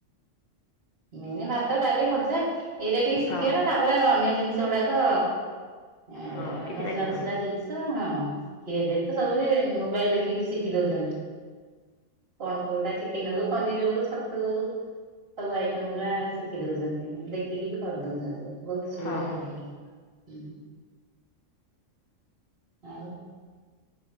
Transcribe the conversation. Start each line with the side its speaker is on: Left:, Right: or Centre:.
Right: ମେନ୍ ଭାତ ଡାଲି ଭଜା ଏଇଟା ଟିକେ ଶିଖିଗଲେ
Left: ହଁ
Right: ତାପରେ ଅ ନ୍ୟ ଜିନିଷ ଗୁଡାକ ଏ
Left: ହଁ କିଛି
Right: ଏ ମସଲା
Left: ଲାଗିବନି
Right: ଫସଲା ଜିନିଷ ହଁ। କି ଏବେ ବି ତ ସବୁ ବି ମୋବାଇଲ ଦେଖିକି ଶିଖି ଦଉଛନ୍ତି। କଣ କଉଟା ଚିକେନ ହଉ ପନିର ହଉ ଛତୁ ହଉ। ସବୁ ଆଇଟମ ଗୁରା ଶିଖି ଦଉଛନ୍ତି ଦେଖିକି ବି କରି ଦଉଛନ୍ତି ବହୁତ ସୁବିଧା
Left: ହଁ
Right: ହେଇଗଲାଣି। ହୁଁ ଆଉ।